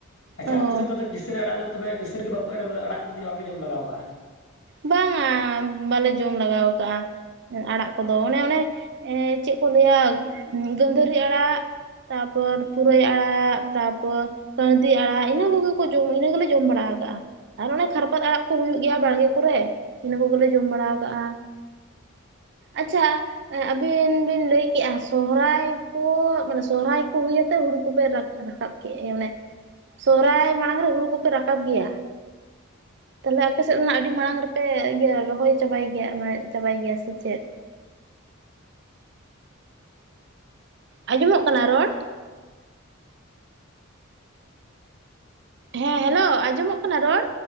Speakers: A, on the left; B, on the right.
A: ᱟᱪᱷᱟ
B: ᱚ
A: ᱟᱯᱮ ᱥᱮᱫ ᱫᱚ ᱠᱤᱥᱟᱹᱨᱤᱹ ᱟᱲᱟᱜ ᱫᱚ ᱛᱚᱵᱮ ᱠᱤᱥᱟᱹᱲᱤ ᱜᱮ ᱵᱟᱠᱚ ᱮᱨᱟ ᱟᱲᱟᱜ ᱠᱚᱫᱚ ᱵᱟᱯᱮ ᱡᱚᱢ ᱞᱟᱜᱟᱣ ᱠᱟᱜᱼᱟ?
B: ᱵᱟᱝᱟ᱾ ᱵᱟᱞᱮ ᱡᱚᱢ ᱞᱮᱟᱜᱟᱣ ᱟᱠᱟᱜᱼᱟ᱾ ᱟᱲᱟᱜ ᱠᱚᱫᱚ ᱚᱱᱮ ᱚᱱᱮ ᱪᱮᱫ ᱠᱚ ᱞᱟᱹᱭᱟ ᱜᱟᱹᱫᱷᱟᱹᱨᱤ ᱟᱲᱟᱜ ᱛᱟᱯᱚᱨ ᱯᱩᱨᱟᱹᱭ ᱟᱲᱟᱜ ᱛᱟᱯᱚᱨ ᱠᱟᱲᱫᱤ ᱟᱲᱟᱜ ᱤᱱᱟᱹ ᱠᱚᱜᱮ ᱠᱚ ᱡᱚᱢ ᱤᱱᱟᱹ ᱜᱮᱞᱮ ᱡᱚᱢ ᱵᱟᱲᱟ ᱠᱟᱜᱼᱟ᱾ ᱟᱨ ᱚᱱᱮ ᱠᱷᱟᱨᱯᱟᱛ ᱟᱲᱟᱜ ᱠᱚ ᱦᱩᱭᱩᱜ ᱜᱮᱭᱟ ᱵᱟᱲᱜᱮ ᱠᱚᱨᱮ ᱤᱱᱟᱹ ᱠᱚᱜᱮᱞᱮ ᱡᱚᱢ ᱵᱟᱲᱟ ᱠᱟᱜᱼᱟ᱾ ᱟᱪᱪᱷᱟ᱾ ᱟᱹᱵᱤᱱ ᱵᱤᱱ ᱞᱟᱹᱭ ᱠᱮᱜᱼᱟ ᱥᱚᱦᱨᱟᱹᱭ ᱠᱚ ᱢᱟᱱᱮ ᱥᱚᱨᱦᱟᱹᱭ ᱠᱚ ᱦᱩᱭᱩᱛᱮ ᱦᱩᱲᱩ ᱠᱚᱵᱮᱱ ᱨᱟᱠᱟᱵ ᱠᱮᱫ ᱮ ᱚᱱᱮ ᱥᱚᱨᱦᱟᱭ ᱢᱟᱲᱟᱝ ᱨᱮ ᱦᱩᱲᱩ ᱠᱚᱯᱮ ᱨᱟᱠᱟᱵ ᱜᱮᱭᱟ ᱛᱟᱞᱮ ᱟᱯᱮ ᱥᱮᱫ ᱟᱹᱰᱤ ᱢᱟᱲᱟᱝ ᱨᱮᱯᱮ ᱤᱭᱟᱹ ᱨᱚᱦᱚᱭ ᱪᱟᱵᱟᱭ ᱜᱮᱭᱟ ᱢᱟᱱᱮ ᱪᱟᱵᱟᱭ ᱜᱮᱭᱟ ᱥᱮ ᱪᱮᱫ ᱟᱸᱡᱚᱢᱚᱜ ᱠᱟᱱᱟ ᱨᱚᱲ ᱦᱮᱸ ᱦᱮᱞᱳ ᱟᱸᱡᱚᱢᱚᱜ ᱠᱟᱱᱟ ᱨᱚᱲ